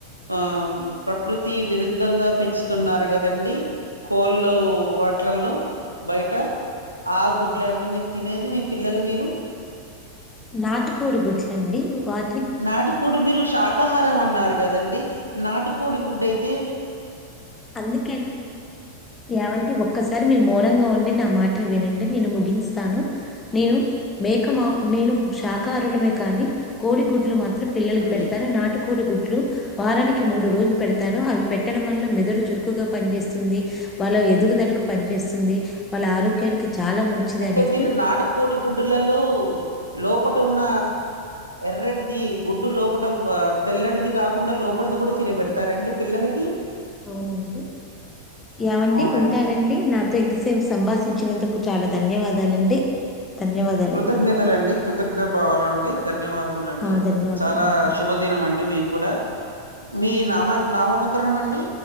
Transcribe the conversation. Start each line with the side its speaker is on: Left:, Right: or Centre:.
Right: ఆ ప్రకృతి విరుద్ధంగా పెంచుతున్నారు కదండి కోల్లో వాట్లల్లో బయట ఆ గుడ్లండి మీరు తినేది మీ పిల్లలు మీరు
Left: నాటికోడి గుడ్లండి వాట్
Right: నాటికోడు మీరు శాకాహారం అన్నారు కదండి నాటుకోడి గుడ్ అయితే
Left: అందుకే ఏమండి ఒక్కసారి మీరు మౌనంగా ఉండి నా మాటలు వినండి నేను ముగించుస్తాను నేను మేక నేను శాకాహారులమే కానీ కోడి గుడ్లు మాత్ర పిల్లలకి
Right: అండి
Left: పెడతాను నాటుకోడుగుడ్లు వారానికి మూడు రోజులు పెడతాను అవి పెట్టడం వల్ల మెదడు చురుకుగ పనిచేస్తుంది వాళ్ళ ఎదుగుదలకు పనిచేస్తుంది వాళ్ళ ఆరోగ్యానికి చాలా మంచిది
Right: అంటే
Left: అనేసి
Right: మీరు నాటు కోడి గుడ్డులలో లోపట ఉన్న ఎర్రెటిది గుడ్డు లోపట తెల్లటిది కాకుండ లోపల ఇది కూడా తినిబెడతారండి పిల్లలకి
Left: అవునండి యావండి
Right: అవునండి
Left: ఉంటానండి నాతో ఇంతసేపు సంభాషించినందుకు చాల ధన్యవాదాలండి ధన్యవాదాలండి
Right: కృతజ్ఞతలండి కృతజ్ఞత భావాల అండి ధన్యవాదముల అండి
Left: ఆ ధన్యవాదాలండి
Right: చాలా శుభదిన మా అండి మీకు కూడ మీ నామ నామ ఉపకరణం అండి